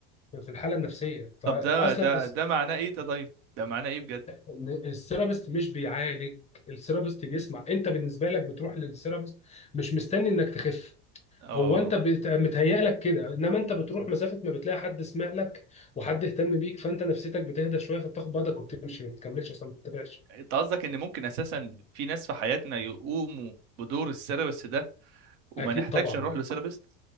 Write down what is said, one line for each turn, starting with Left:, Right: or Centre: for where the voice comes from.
Left: في الحاله النفسيه فاصلا
Right: طب ده ده ده معناه ايه ده طيب ده معناه ايه بجد
Left: إن الثيرابيست مش بيعالج الثيرابيست بيسمع انت بالنسبه لك بتروح للثيرابيست مش مستني انك تخف
Right: اه
Left: هو انت بت... متهيأ لك كده انما انت بتروح مسافه ما بتلاقي حد سمع لك وحد اهتم بيك فانت نفسيتك بتهدى شويه فبتاخد بعضك وبتمشي ما بتكملش اصلا ما بتتابعش
Right: انت قصدك ان ممكن اساسا في ناس في حياتنا يقوموا بدور السيرابست ده وما
Left: اكيد
Right: نحتاجش
Left: طبعا
Right: نروح لسيرابست